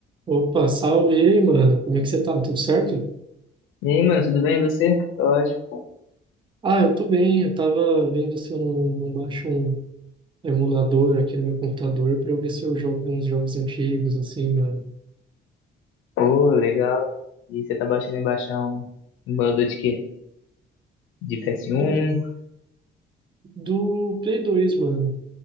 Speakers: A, on the right; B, on the left.
A: Opa, salve aí, mano. Como é que você tá? Tudo certo?
B: E aí, mano, tudo bem? E você? Tô ótimo.
A: Ah, eu tô bem. Eu tava vendo se eu não, não baixo um emulador aqui no meu computador pra eu ver se eu jogo uns jogos antigos, assim, mano.
B: Pô, legal. E você tá baixando em baixar um um emulador de quê? De PS1?
A: Do, do Play dois mano.